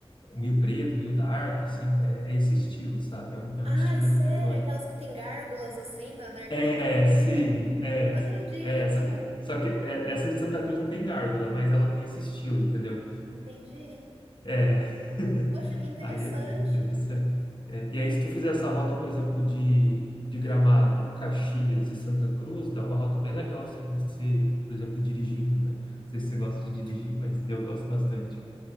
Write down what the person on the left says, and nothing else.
meio preto, meio dark, assim, é, é esse estilo, sabe? É um, é
um estilo
arquitetônico.
É,
sim,
é,
é, só que, só que é- essa de Santa Cruz não tem gárgula, mas ela tem esse estilo, entendeu?
É, <laughs>
aí é bem interessante. É, e aí, se tu fizer essa rota, por exemplo, de, de Gramado, Caxias e Santa Cruz, dá uma rota bem legal, assim, para você, por exemplo, dirigindo, né? Não sei se você gosta de dirigir, mas eu gosto bastante.